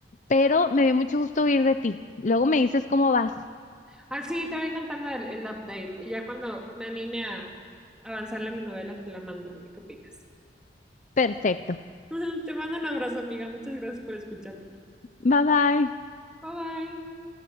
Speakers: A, on the left; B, in the centre.
A: pero me dio mucho gusto oír de ti. Luego me dices cómo vas.
B: Ah, sí, te voy contando el, el update y ya cuando me anime a avanzarle en mi novela te la mando a ver qué opinas.
A: Perfecto.
B: <laughs> Te mando un abrazo, amiga. Muchas gracias por escucharme.
A: Bye bye.
B: Bye bye.